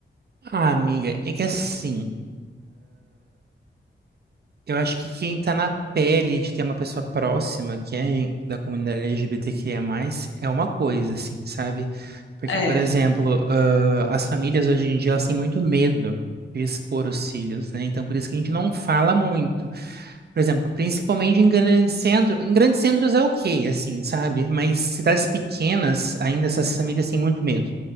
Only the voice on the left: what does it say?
É.
Uhum,
uhum.